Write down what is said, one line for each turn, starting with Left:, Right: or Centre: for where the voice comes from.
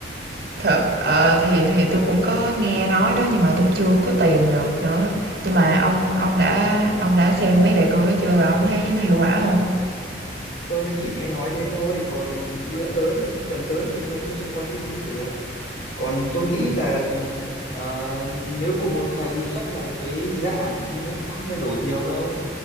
Right: Thật, ờ, thì thì tôi cũng có nghe nói đó, nhưng mà tôi chưa có tìm được nữa. Nhưng mà ông ông đã ông đã xem mấy đề cương đó chưa và ông thấy nó hiệu quả không?
Left: tôi mới chỉ nghe nói thế thôi còn bữa tới sang tuần tới thì tôi mới chạy qua thư viện được còn tôi nghĩ là ờ, nếu cùng một thầy chắc là cái dạng thì nó cũng không thay đổi nhiều đâu